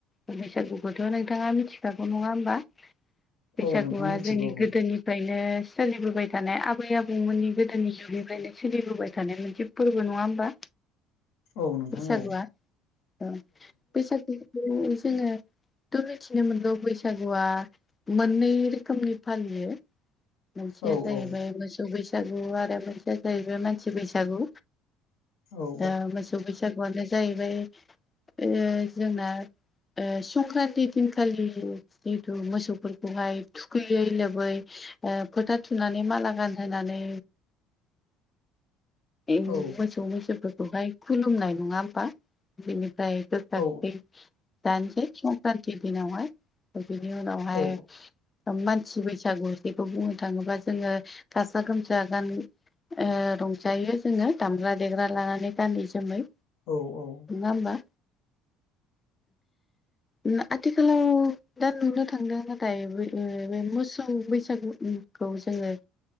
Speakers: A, on the left; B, on the left.
A: बैसागुखौथ' नोंथाङा मिथिखागौ नङा होमबा? बैसागुआ
B: औ नोंथां मिथिगौ
A: जोंनि गोदोनि फ्रायनो सोलिबोबाय थानाय आबै आबौमोननि गोदोनि जुगनिफ्रायनो सोलिबोबाय थानाय मोनसे फोरबो नङा होमबा
B: औ नोंथां
A: बैसागुआ
B: औ
A: औ <unintelligible> जोङो थ' मिथिनो मोनगौ बैसागुआ मोननै रोखोमनि फालियो। मोनसेया
B: औ
A: जाहैबाय
B: औ
A: मोसौ बैसागु आरो मोनसेया जाहैबाय मानसि बैसागु।
B: औ
A: दा मोसौ बैसागुआनो जाहैबाय ओ जोंना ओ संक्रान्ति दिनखालि जिथु मोसौफोरखौहाय थुखैयै लोबै ओ फोथा थुनानै माला गानहोनानै इ
B: औ
A: मोसौ मैसोफोरखौहाय खुलुमनाय नङा होमबा बेनिफ्राय गोखा
B: औ
A: दानोसै संक्रान्ति दिनावहाय बिनि उनावहाय
B: औ
A: ओ मानसि बैसागु जेखौ बुंनो थाङोबा जोङो गाजा गोमजा गामि ओ रंजायो जोङो दामग्रा देग्रा लानानै गानै जोमै
B: औ औ
A: नङा होमबा? उम आथिखालाव दा नुनो थांदों नाथाय ओ मोसौ बैसागुखौ जोङो